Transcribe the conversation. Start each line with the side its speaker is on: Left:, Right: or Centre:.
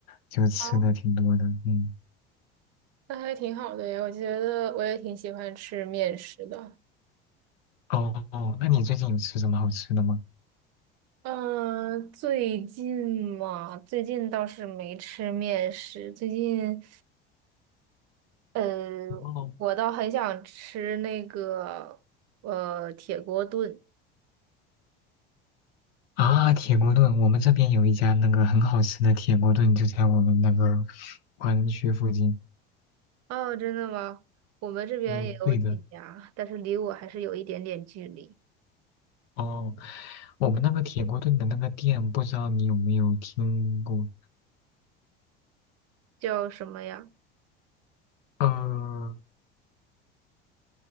Left: 就吃的挺多的。
Right: 啊，
Left: 嗯，
Right: 那还挺好的呀。我觉得我也挺喜欢吃面食的。
Left: 哦哦，那你最近有吃什么好吃的吗？
Right: 嗯，最近嘛，最近倒是没吃面食。最近，呃，
Left: 哦，
Right: 我倒很想吃那个呃铁锅炖。
Left: 啊，铁锅炖，我们这边有一家那个很好吃的铁锅炖，就在我们那个华人区附近。
Right: 哦，真的吗？我们这边也有几家，
Left: 嗯，对的，
Right: 但是离我还是有一点点距离。
Left: 哦，我们那个铁锅炖的那个店，不知道你有没有听过？
Right: 叫什么呀？
Left: 呃，